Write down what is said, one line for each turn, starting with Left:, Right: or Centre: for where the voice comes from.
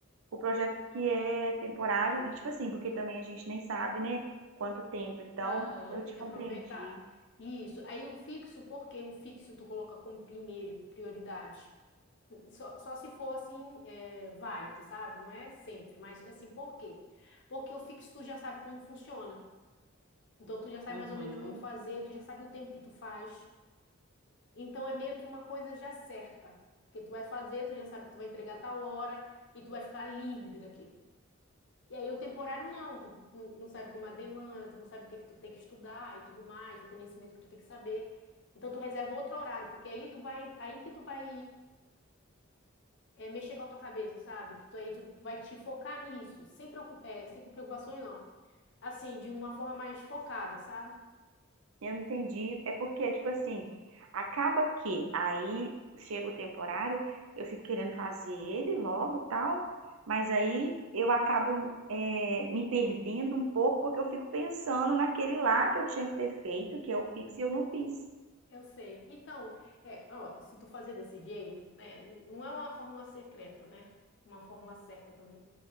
Right: o projeto que é temporário. E tipo assim, porque também a gente nem sabe, né, quanto tempo. Então,
Left: aham,
Right: eu
Left: tem
Right: te
Left: que
Right: compreendi.
Left: aproveitar. Isso. Aí o fixo, por que o fixo tu coloca como primeiro prioridade? Só, só se for assim, é, válido, sabe? Não é sempre, mas assim, por quê? Porque o fixo tu já sabe como funciona. Então tu já sabe
Right: Uhum.
Left: mais ou menos como fazer, tu já sabe o tempo que tu faz. Então é meio que uma coisa já certa, porque tu vai fazer, tu já sabe que tu vai entregar tal hora e tu vai ficar livre daquilo. E aí o temporário não, tu não não sabe como é a demanda, tu não sabe o que é que tu tem que estudar e tudo mais, o conhecimento que tu tem que saber. Então tu reserva outro horário, porque aí tu vai, aí que tu vai é, mexer com a tua cabeça, sabe? Que tu aí tu, tu vai te focar nisso, sem preocu- é, sem preocupações não. Assim, de uma forma mais focada, sabe?
Right: Eu entendi. É porque, tipo assim, acaba que aí chega o temporário, eu fico querendo fazer ele logo, tal, mas aí eu acabo é, me perdendo um pouco porque eu fico pensando naquele lá que eu tinha que ter feito, que eu fiz e eu não fiz.
Left: Eu sei. Então, é, ó, se tu fazer desse jeito, né, não é uma fórmula secreta, né? Uma fórmula certa também.